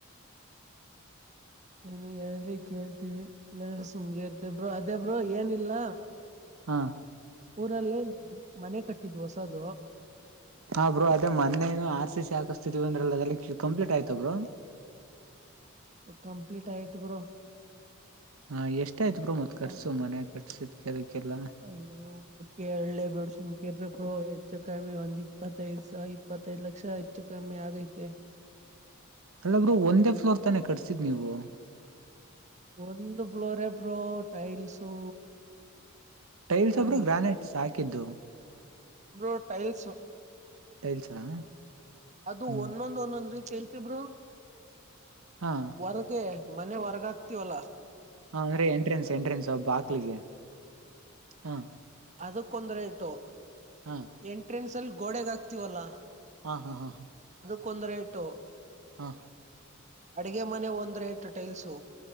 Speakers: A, on the right; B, on the right.
A: ಏನೋ ಹೇಳಿದ್ರಿ ಕೇಳ್ತೇವಿ ಇಲ್ಗೆ ಸುಮ್ಮ್ನೆ ಇರ್ತೀವ ಬ್ರೋ ಅದೇ ಬ್ರೋ ಏನಿಲ್ಲ
B: ಹಾ
A: ಊರಲ್ಲಿ ಮನೆ ಕಟ್ಟಿದ್ ಹೊಸದುು
B: ಹಾ ಬ್ರೋ ಅದೇ ಮೊನ್ನೇನು ಆರ್ ಸಿ ಸಿ ಹಾಕಸ್ತಿತಿದೀವಿ ಅಂದ್ರಲ್ಲ ಅದ ಎಲ್ಲಿ ಕಂಪ್ಲೀಟ್ ಆಯ್ತ ಬ್ರೋ.
A: ಕಂಪ್ಲೀಟ್ ಆಯ್ತು ಬ್ರೋ.
B: ಹಾ ಎಷ್ಟ ಆಯ್ತು ಬ್ರೋ ಮತ್ ಖರ್ಚು
A: ಅದ
B: ಮನೆ ಕಟ್ಸಿದ್ಕೆ ಅದಕ್ಕೆಲ್ಲ
A: ಅಯ್ಯೋ ಕೆಳ್ಳೆ ಬ್ಯಾಡ್ ಸೂಮ್ ಸುಮ್ಮಕಿರಿ ಬ್ರೋ ಹೆಚ್ಚು ಕಮ್ಮಿ ಒಂದ್ ಇಪ್ಪತ್ತೈದು ಸ ಇಪ್ಪತ್ತೈದ್ ಲಕ್ಷ ಹೆಚ್ಚು ಕಮ್ಮಿ ಆಗೈತೆ. <inaudible>
B: ಅಲ್ಲ ಬ್ರೋ ಒಂದೇ ಫ್ಲೋರ್ ತಾನೇ ಕಟ್ಸಿದ್ ನೀವು.
A: ಒಂದು ಫ್ಲೋರೆ ಬ್ರೋ ಟೈಲ್ಸು
B: ಟೈಲ್ಸ್
A: ಅಯ್
B: ಒಬ್ರು ಗ್ರಾನೈಟ್ಸ್ ಹಾಕಿದ್ದು.
A: Bro tiles.
B: ಟೈಲ್ಸಾ.
A: ಅದು
B: ಹ್ಮ್
A: ಒಂದೊಂದ್ ಒಂದೊಂದ್ರಿ ಕೇಳ್ತ ಬ್ರೋ
B: ಹಾ
A: ಹೊರಗೆ. ಮನೆ ಹೊರಗ ಹಾಕ್ತಿವಲ್ಲಾ.
B: ಹಾ ಅಂದ್ರೆ ಎಂಟ್ರೆನ್ಸ್ ಎಂಟ್ರೆನ್ಸ್ ಬ್ಬ ಬಾಕ್ಲಿಗೆ ಹಾ.
A: ಅದಕ್ಕೊಂದ ರೇಟು
B: ಹಾ
A: ಎಂಟ್ರೆನ್ಸ್ ಅಲ್ಲಿ ಗೋಡೆಗ ಹಾಕ್ತಿವಲ್ಲಾ
B: ಹಾ ಹಾ ಹಾ ಹಾ.
A: ಕೊಂದ ರೆಟ್ಟು.
B: ಹಾ
A: ಅಡಗೆ ಮನೆಗ್ ಒಂದ ರೇಟು ಟೈಲ್ಸು.